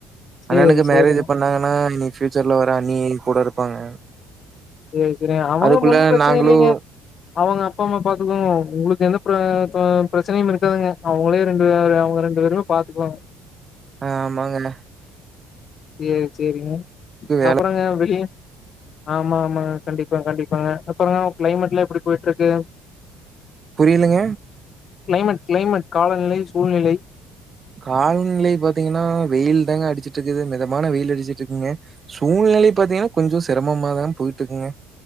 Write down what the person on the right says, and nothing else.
அண்ணனுக்கு
மேரேஜ் பண்ணாங்கனா இனி ஃபியூச்சர்ல வர அண்ணி கூட இருப்பாங்க
அதுக்குள்ள
நாங்களும்
ஆ ஆமாங்கண்ணா
வேல
புரியலங்க
காலநிலை பாத்தீங்கன்னா வெயில் தாங்க அடிச்சிட்டு இருக்குது மிதமான வெயில் அடிச்சுட்டு இருக்குங்க சூழ்நிலை இப் பாத்தீங்கன்னா கொஞ்சோ சிரமமாதா போயிட்டிருக்குங்க